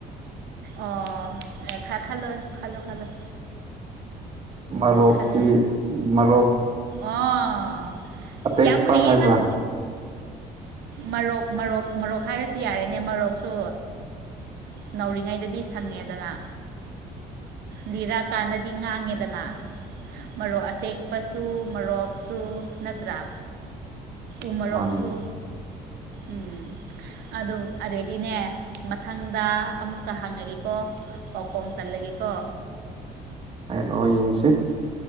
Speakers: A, on the right; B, on the right.
A: ꯑꯣ ꯑꯦ ꯈꯥ ꯈꯜꯂꫭ ꯈꯜꯂꫭ ꯈꯜꯂꫭ
B: ꯃꯔꯣꯛꯀꯤ
A: ꯈꯟ
B: ꯃꯔꯣꯛ
A: ꯑꯣ
B: ꯑꯇꯦꯛꯄ
A: ꯌꯥꯝ ꯍꯩꯌꯦ
B: ꯍꯥꯏꯕ꯭ꯔꯥ
A: ꯅꯪ ꯃꯔꯣꯔꯣꯛ ꯃꯔꯣꯔꯣꯛ ꯃꯔꯣꯔꯣꯛ ꯍꯥꯏꯔꯁꯨ ꯌꯥꯔꯦꯅꯦ ꯃꯔꯣꯔꯣꯛꯁꯨ ꯅꯧꯔꯤꯉꯩꯗꯗꯤ ꯁꯪꯉꯦꯗꯅ ꯂꯤꯔꯛꯀꯥꯟꯗ ꯗꯤ ꯉꯥꯡꯉꯦꯗꯅ ꯃꯔꯣꯛ ꯑꯇꯦꯛꯄꯁꯨ ꯃꫭꯔꯣꯛꯁꯨ ꯅꯠꯇ꯭ꯔꯥ ꯎꯃꯣꯔꯣꯛꯁꯨ
B: ꯃꯥꯅꯦ
A: ꯎꯝ ꯑꯗꯨ ꯑꯗꯨꯗꯩꯗꯤꯅꯦ ꯃꯊꯪꯗ ꯑꯃꯨꯛꯀ ꯍꯪꯉꯒꯦꯀꯣ ꯄꯥꯎꯈꯣꯡ ꯆꯜꯂꯒꯦꯀꯣ
B: ꯍꯥꯏꯔꯛꯑꯣ ꯌꯦꯡꯁꯤ